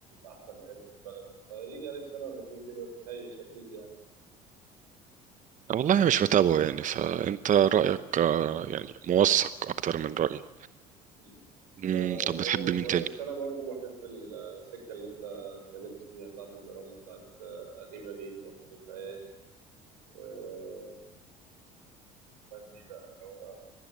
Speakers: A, on the right; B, on the right.
A: احسن اغاني في البلد فيجي عليك سنه ولا اتنين كده تخيش اكيد يعني
B: آه، والله مش متابعه يعني فانت رايك آه، يعني موثق اكتر من رايي
A: مم.
B: مم،
A: لا انا
B: طب
A: متابعه
B: بتحب مين
A: ب-
B: تاني؟
A: بس انا برضو بحب السكه اللي انت اتكلمت فيها بتاعت الدراما بتاعت آه، غريب غريب وفي ذكريات والوان دي بقى اللي هو